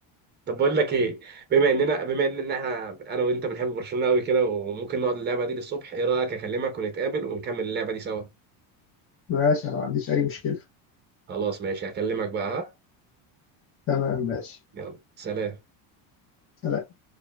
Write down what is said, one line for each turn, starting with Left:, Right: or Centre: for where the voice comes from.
Right: طب بقول لك ايه بما اننا بما ان احنا انا وانت بنحب برشلونة قوي كده وممكن نقعد اللعبة دي للصبح ايه رأيك اكلمك ونتقابل ونكمل اللعبة دي سوا
Left: ماشي أنا ما عنديش أي مشكلة
Right: خلاص ماشي هكلمك بقى ها
Left: تمام ماشي
Right: يلا سلام
Left: سلام